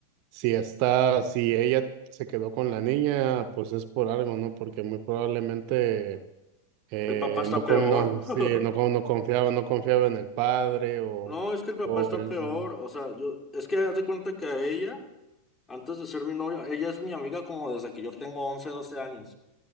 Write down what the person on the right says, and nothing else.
si está, si ella se quedó con la niña, pues es por algo, ¿no? Porque muy probablemente eh,
no, con-
no,
sí, no, con- no confiaba, no confiaba en el padre o,
o
el...
ujú,